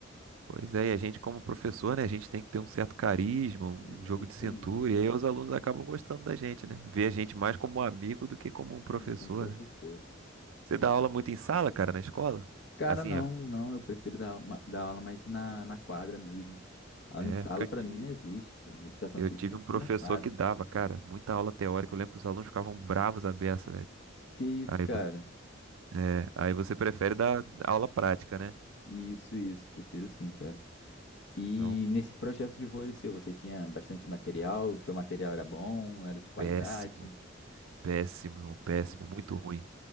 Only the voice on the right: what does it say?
Pois é, e a gente como professor, né, a gente tem que ter um certo carisma, um
jogo
de cintura,
e aí os alunos acabam gostando da gente, né? Vê a gente mais como um amigo do que como um professor,
né? Você dá aula muito em sala, cara, na escola?
Assim,
é
É,
porque
eu tive,
eu
tive
um
professor
que dava, cara, muita aula teórica. Eu lembro que os alunos ficavam bravos à beça, velho.
Aí
você, é, aí você prefere dar aula prática, né?
Não,
péssimo, péssimo, é um péssimo,
muito
ruim.